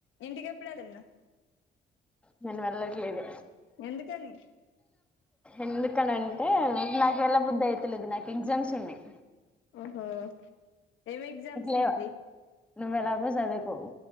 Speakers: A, on the left; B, in the centre.
A: ఇంటికి ఎప్పుడేల్ తిన్న
B: నేను వెళ్లట్లేదు.
A: ఎందుకని
B: ఎందుకనంటే నాకు ఎల్ల బుద్దయితలేదు నాకు ఎగ్జామ్స్ ఉన్నాయ్.
A: ఓహో ఏమేగ్జామ్స్
B: లేవా
A: ఏంటి.
B: నువ్వు ఎలాగో చదువుకోవు